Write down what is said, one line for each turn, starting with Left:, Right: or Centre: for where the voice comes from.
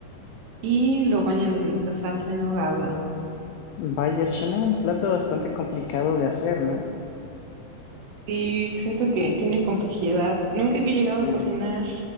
Right: y lo bañan en esta salsa en nogada.
Left: vaya, suena un plato bastante complicado de hacer, ¿no?
Right: Sí, siento que tiene complejidad. Nunca he llegado
Left: Sí.
Right: a cocinar.